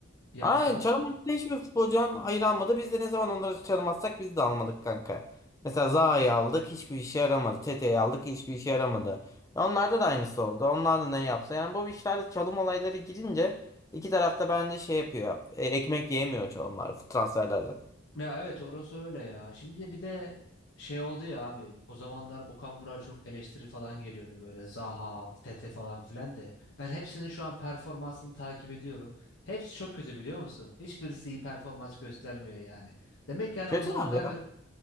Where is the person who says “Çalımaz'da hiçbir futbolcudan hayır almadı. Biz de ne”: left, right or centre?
Left